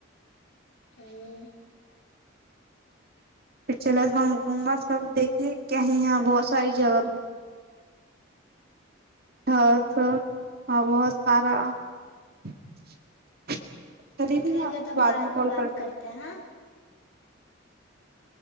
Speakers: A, on the left; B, on the right.
A: <unintelligible>
B: ह <unintelligible> हम घूमब सब देखे की यहाँ बहुत सार जगह ह तो आ बहुत सारा <inaudible> अच्छ दीदी
A: ठीक
B: में आपको
A: है तब
B: बादमे
A: बाद में
B: कॉल
A: बात
B: करती
A: करते हैं हाँ।